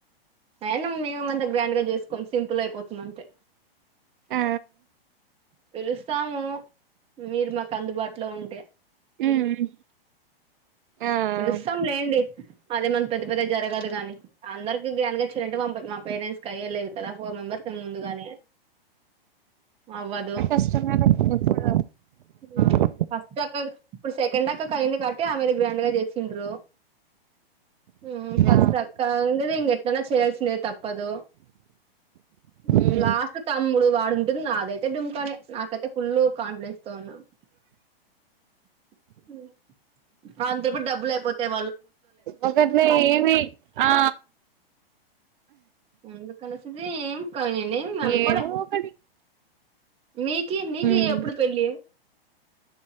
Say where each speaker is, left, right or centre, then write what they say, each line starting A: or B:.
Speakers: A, on the right; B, on the right.
A: అయినా మేము అంతా గ్రాండ్ గా చేసుకోం సింపుల్ అయిపోతుంది అంతే
B: ఆ
A: పిలుస్తాము మీరు మాకు అందుబాటులో ఉంటే
B: మ్మ్ ఆ
A: పులుస్తాం లేండి అదే మన పెద్ద పెద్ద జరగదు కాగానీ అందరికి గ్రాన్డ్ గా చేయలంటే మా మా పెద్దనాన కయ్యేలేదు కదా ఫోర్ మెంబర్స్ ముందుగాని అవ్వదు
B: కష్టమే లే ఇప్పుడు
A: ఉమ్
B: ఆ
A: ఫస్ట్ అక్కకి ఇప్పుడు సెకండ్ అక్కకి అయింది కాబట్టి ఆమెది గ్రాండ్ గా చేసిండ్రు ఉమ్ ఫస్ట్
B: ఆ
A: అక్క ఇంగది ఎట్లన్నా చేయాల్సిందే తప్పదు ఉ
B: ఉమ్
A: లాస్ట్ తమ్ముడు వాడు ఉంటుంది నాదైతే డుమ్కానే నాకైతే ఫుల్ కాన్ఫిడెన్స్ తోన్నా
B: ఒకట్లే ఏమి ఆ
A: ముంద కనసది ఏం కయె అన్కోలే
B: ఏదో ఒకటి
A: మీకి నీకి
B: ఉమ్
A: ఎప్పుడు పెళ్ళి